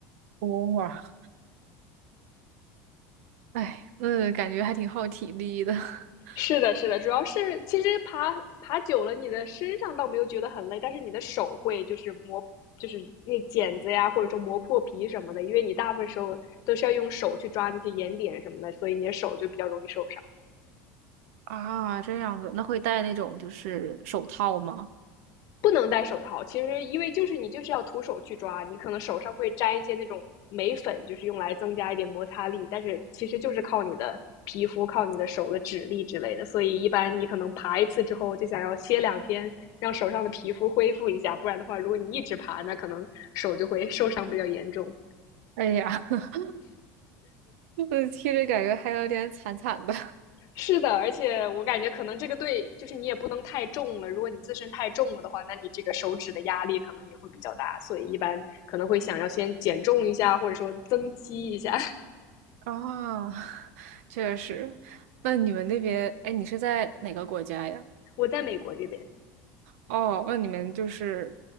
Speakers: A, on the right; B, on the left.
A: 哇，哎，那感觉还挺耗体力的。<laughs>
B: 是的，是的，主要是其实爬爬久了，你的身上倒没有觉得很累，但是你的手会就是磨，就是那剪子呀，或者说磨破皮什么的，因为你大部分时候都是要用手去抓那些岩点什么的，所以你的手就比较容易受伤。
A: 啊，这样子，那会戴那种就是手套吗？
B: 不能戴手套，其实因为就是你就是要徒手去抓，你可能手上会沾一些那种眉粉，就是用来增加一点摩擦力，但是其实就是靠你的皮肤、靠你的手的指力之类的。所以一般你可能爬一次之后就想要歇两天，让手上的皮肤恢复一下，不然的话，如果你一直爬，那可能手就会受伤比较严重。
A: 哎呀，<laughs> 嗯听着感觉还有点惨惨的。<laughs>
B: 是的，而且我感觉可能这个对就是你也不能太重了，如果你自身太重了的话，那你这个手指的压力可能也会比较大，所以一般可能会想要先减重一下，或者说增肌一下。<laughs>
A: 啊，确实。那你们那边，哎，你是在哪个国家呀？
B: 我在美国这边
A: 哦，那你们就是，